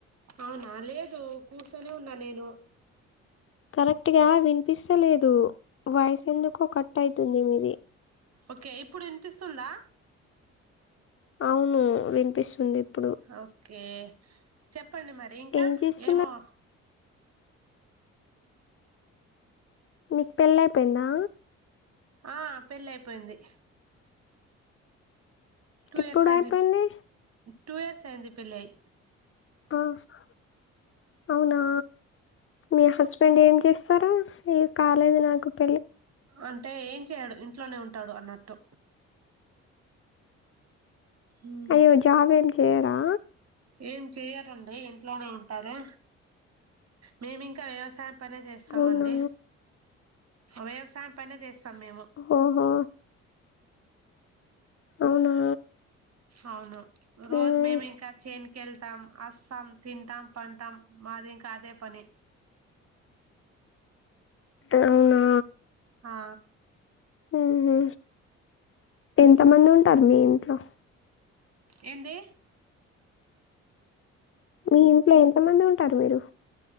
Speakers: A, on the right (about 45°); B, on the left (about 40°).
A: అవునా లేదు కూసోనే ఉన్నా నేను
B: కరెక్ట్ గా వినిపిస్తలేదు వాయిస్ ఎందుకో కట్ అవుతుంది మీది
A: ఓకే ఇప్పుడు వినిపిస్తుందా
B: అవును వినిపిస్తుంది ఇప్పుడు
A: ఓకే చెప్పండి మరి ఇంకా
B: ఏం చేస్తున్నారు
A: ఏమో
B: మీకు పెళ్ళి అయిపోయిందా
A: ఆ పెళ్ళి అయిపోయింది టూ
B: ఎప్పుడు
A: ఇయర్స్ అయింది
B: అయిపోయింది
A: టూ ఇయర్స్ అయింది పెళ్ళయ్యి
B: ఆహా అవునా మీ హస్బెండ్ ఏం చేస్తరు అయ్యో కాలేదు నాకు పెళ్ళి
A: అంటే ఏం చెయడు ఇంట్లోనే ఉంటడు అన్నట్టు ఉమ్
B: అయ్యో జాబ్ ఏం చేయరా
A: ఏం చెయరండి ఇంట్లోనే ఉంటారు మేమింకా వ్యవసాయం పనే చేస్తమండి
B: అవునా
A: వ్యవసాయం పనే చేస్త స్తాం మేము
B: ఓహో అవునా
A: అవును రోజ
B: మ్మ్.
A: మేమింక చేన్ కెళ్తాం వస్తాం తింటాం పంటాం మాది ఇంకా అదే పని
B: అవునా
A: ఆ
B: ఉహు ఎంత మంది ఉంటారు మీ ఇంట్లో
A: ఏంది
B: మీ ఇంట్లో ఎంత మంది ఉంటారు మీరు